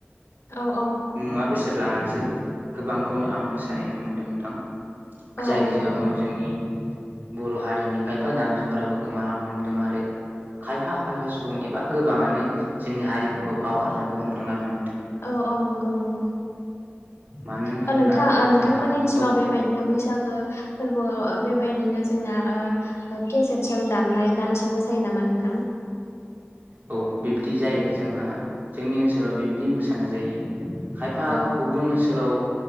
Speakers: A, on the left; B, on the right.
A: औ औ
B: मुवा बेसाद लानानैसो गोबांखौनो आं मोसानाय नुनो मोन्दों नोंथां
A: औ
B: जायनि
A: औ नंगौ
B: जाहोनाव जोंनि बर' हारिनि खायफा दामजुफोराबो गोमालांनो लोमदों आरो खायफा खायफा सुबुं एबा गोबाङानो जोंनि हारिमुखौ बावगारनोबो हमदों आरो नों
A: औ औ नंगौ नंगौ
B: मानो
A: औ
B: होनब्ला
A: नोंथां नोंथांमोननि
B: जोंहा
A: ओनसोलाव
B: औ
A: बेबायदिनो बैसागु बैसागो फोरबोआव बेबायदिनो जोंना ओ केेजटजों दामनाय गानसो मोसायोना मा नोंथां।
B: औ बिब्दि जायो जोंहा जोंनि ओनसोलाव बिब्दि मोसानाय जायो। खायफा
A: औ
B: गुबुन ओनसोलाव